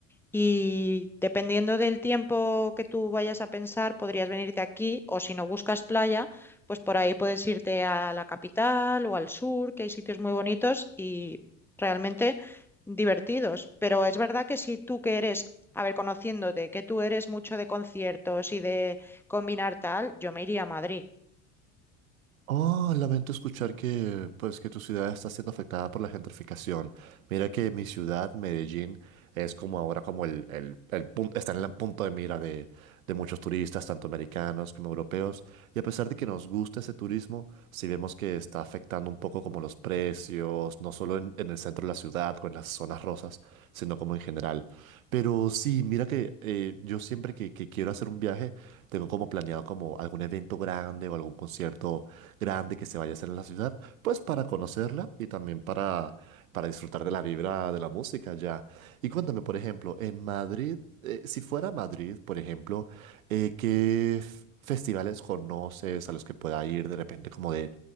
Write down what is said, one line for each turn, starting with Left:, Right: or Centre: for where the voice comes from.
Centre: Y dependiendo del tiempo que tú vayas a pensar, podrías venirte aquí o si no buscas playa, pues por ahí puedes irte a la capital o al sur, que hay sitios muy bonitos y realmente divertidos. Pero es verdad que si tú que eres, a ver, conociéndote, que tú eres mucho de conciertos y de combinar tal, yo me iría a Madrid.
Right: Oh, lamento escuchar que, pues, que tu ciudad está siendo afectada por la gentrificación. Mira que mi ciudad, Medellín, es como ahora como el, el, el pun- está en el punto de mira de, de muchos turistas, tanto americanos como europeos. Y a pesar de que nos gusta ese turismo, sí vemos que está afectando un poco como los precios, no solo en, en el centro de la ciudad o en las zonas rosas, sino como en general. Pero sí, mira que eh, yo siempre que, que quiero hacer un viaje, tengo como planeado como algún evento grande o algún concierto grande que se vaya a hacer en la ciudad, pues para conocerla y también para, para disfrutar de la vibra de la música ya. Y cuéntame, por ejemplo, en Madrid, eh, si fuera Madrid, por ejemplo, eh, ¿qué f- festivales conoces a los que pueda ir de repente como de,